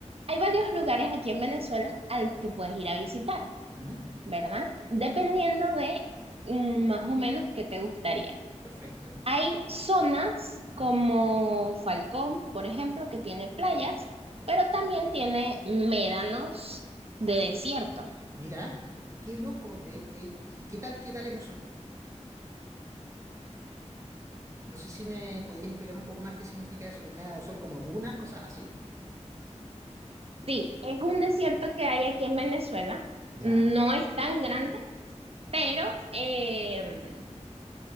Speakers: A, on the right; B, on the right.
A: Hay varios lugares aquí en Venezuela a los que puedes ir a visitar,
B: Ujú,
A: ¿verdad? Dependiendo de mm, más o menos qué te gustaría.
B: Perfecto.
A: Hay zonas
B: Ajá,
A: como Falcón, por ejemplo, que tiene playas,
B: perfecto.
A: pero también tiene médanos de desierto.
B: Mira, qué loco. ey, ey, ¿y qué tal, qué tal es eso? No sé si me podías explicar un poco más qué significa eso. Me da- son como dunas, cosas así.
A: Sí, es un
B: Ah,
A: desierto que hay aquí en Venezuela.
B: ya.
A: No es tan grande, pero... em,